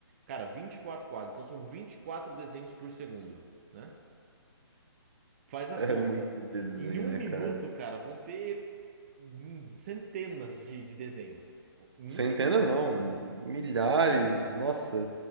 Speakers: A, on the right; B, on the right.
A: Cara, 24 quadros, então são 24 desenhos por segundo, né? Faz a
B: É
A: conta.
B: muito desenho,
A: Em um
B: né,
A: minuto,
B: cara?
A: cara, vão ter hum, centenas de, de desenhos. Em
B: Centenas
A: um minuto.
B: não, milhares, nossa,